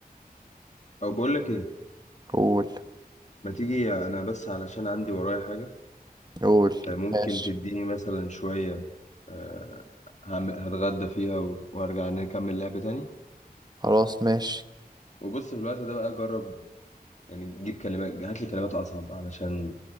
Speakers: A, on the left; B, on the right.
A: او بقول لك ايه
B: قول
A: ما تيجي انا بس علشان عندي ورايا حاجه
B: قول
A: آه، ممكن
B: ماشي
A: تديني مثلا شويه آه، هعمل- هتغدى فيها و- وارجع نكمل لعب تاني
B: خلاص ماشي
A: وبص في الوقت ده بقى جرب يعني جيب كلمات هات لي كلمات اصعب علشان